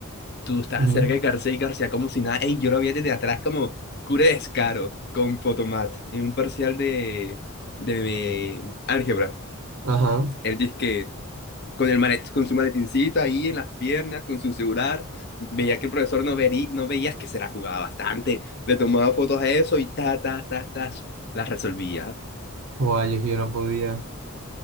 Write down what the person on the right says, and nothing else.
ujú,
Ajá.
O ay, es que yo no podía.